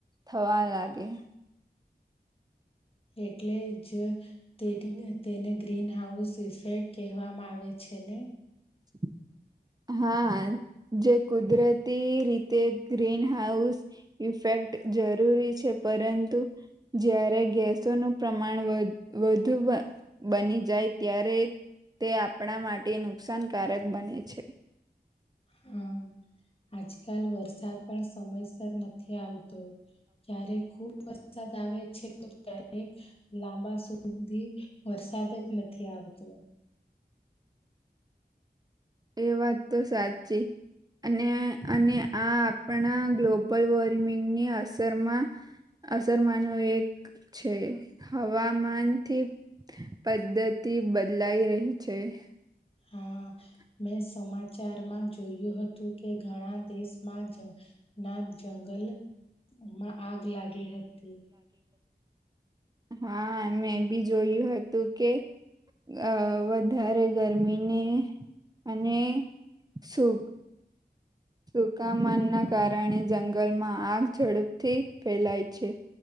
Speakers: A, on the right; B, on the left.
A: થવા લાગે.
B: એટલે જ તે તેને ગ્રીન હાઉસ ઇફેક્ટ કહેવામાં આવે છે ને.
A: <inaudible> હા જે કુદરતી રીતે ગ્રીન હાઉસ ઇફેક્ટ જરૂરી છે પરંતુ જયારે ગેસોનુ પ્રમાણ વ વધુ વા બની જાય ત્યારે તે આપણા માટે નુકસાનકારક બને છે.
B: હા. આજકાલ વરસાદ પણ સમયસર નથી આવતો ક્યારે ખુબ વરસાદ આવે છે તો ત્યારે લાંબા સુધી વરસા વરસાદ જ નથી આવતો.
A: એ વાત તો સાચી. અને અને આ આપણા ગ્લોબલ વોર્મિંગની અસરમાં અસરમાંનું એક છે હવામાન થી પદ્ધતિ બદલાઈ રહી છે. <inaudible>
B: હા, મેં સમાચારમાં જોયું હતું કે ઘણા દેશમાં જ ના જંગલ માં આગ લાગી હતી.
A: હા મે બી જોયું હતું કે અ વધારે ગરમીને અને સૂખ સુકામાનના કારણે જંગલમાં આગ ઝડપથી ફેલાય છે.